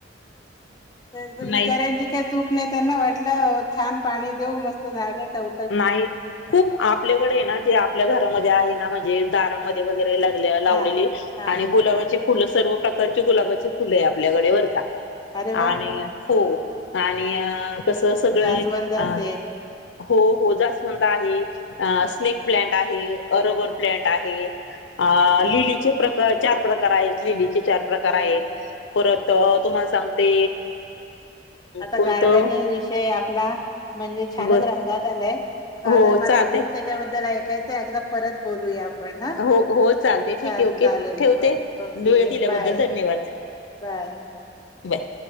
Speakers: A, on the left; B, on the left.
A: त्याच्या बिचार्यांची
B: नाही
A: त्याची काही चूक नाही. त्यांना वाटलं छान पाणी देऊ मस्त झाड टव
B: नाही खूप आपल्याकडे ना जे आपल्या घरामध्ये आहे ना म्हणजे दारां मध्ये-मध्ये लय लावलेली,
A: हा हा
B: आणि गुलाबाचे फुल फुलं सर्व प्रकारचे गुलाबाचे फुलं आहे आपल्याकडे बर का,
A: अरे वा
B: आणि हो आणि अ कसं सगळं
A: जास्वंद असेल
B: अ हो हो जास्वंद आहे, स्नेक प्लन्ट आहे, ओरोगो प्लन्ट आहे. अ लिलीचे प्रकार चार प्रकार आहेत. लिली चार प्रकार
A: अरे
B: आहेत.
A: वा
B: परत तुम्हाला सांगते
A: आता
B: कोणतं
A: गार्डनिंग विषय आपला म्हणजे छानच
B: बर
A: रंगात आलाय.
B: हो
A: आता मला
B: चालते
A: खूप त्याच्याबद्दल ऐकायच. ते एकदा परत बोलूया आपण हा,
B: हो हो चालते ठीक
A: चार
B: आहे ओके
A: चालेल
B: ठेवते
A: हो, ओके
B: वेळ दिल्याबद्दल
A: बाय
B: धन्यवाद
A: बाय.
B: बाय.